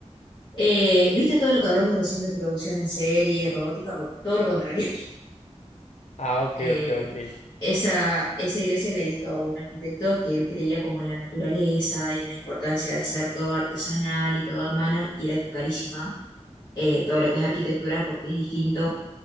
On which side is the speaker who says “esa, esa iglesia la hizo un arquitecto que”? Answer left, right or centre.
Left